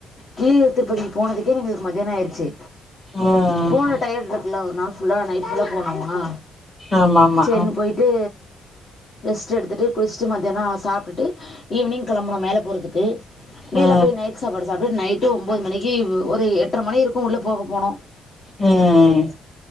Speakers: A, on the left; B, on the left.
A: கீழ்ழ திருப்பதிக்கு போனதுக்கே எங்களுக்கு மதியாண ஆயிருச்சு
B: ம்
A: போன டயட் இருக்குல்ல ஒரு நாள் ஃபுல்லா நைட் ஃபுல்லா போனோம்னா
B: ஆமா ஆமா
A: சேர்னு போய்ட்டு ரெஸ்ட்டு எடுத்துட்டு குளிசிட்டு மதியாணோ சாப்ட்டுட்டு ஈவினிங் கெளம்பனோம் மேல போறதுக்கு மேல
B: ஆ
A: போய் நைட் சாப்பாடு சாப்ட்டு நைட்டு ஒம்போது மணிக்கு ஒரு எட்ற மணி இருக்கு உள்ள போக போனோ
B: ம் ம்